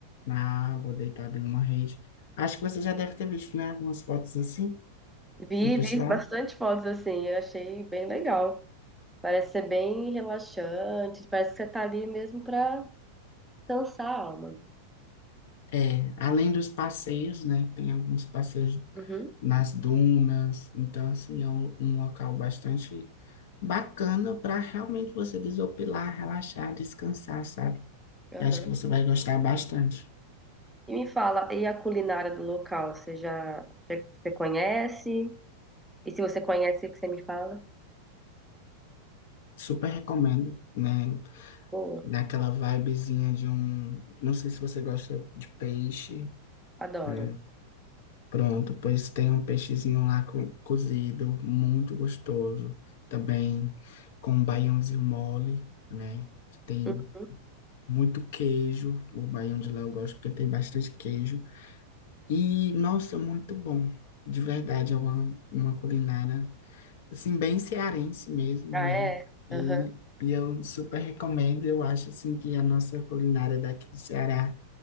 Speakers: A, on the left (about 55°); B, in the centre.
A: Na água, deitado em uma rede. Acho que você já deve ter visto, né? Algumas fotos assim
B: Vi,
A: do pessoal.
B: vi bastante fotos assim, eu achei bem legal. Parece ser bem relaxante, parece que você tá ali mesmo pra descansar a alma.
A: É, além dos passeios, né? Tem alguns passeios
B: Uhum,
A: nas dunas, então assim é um, um local bastante bacana para realmente você desopilar, relaxar, descansar, sabe?
B: aham.
A: Eu acho que você vai gostar bastante.
B: E me fala, e a culinária do local, você já você você conhece? E se você conhece, o que você me fala?
A: Super recomendo, né?
B: Boa,
A: Naquela vibezinha de um. Não sei se você gosta de peixe,
B: adoro.
A: né? Pronto, pois tem um peixezinho lá co- cozido, muito gostoso. Também com um baiãozinho mole, né? Que tem
B: Uhum.
A: muito queijo. O baião de Léo eu gosto porque tem bastante queijo. E, nossa, muito bom. De verdade, é uma, uma culinária, assim, bem cearense mesmo,
B: Ah,
A: né?
B: é?
A: E,
B: Aham.
A: e eu super recomendo. Eu acho, assim, que a nossa culinária daqui do Ceará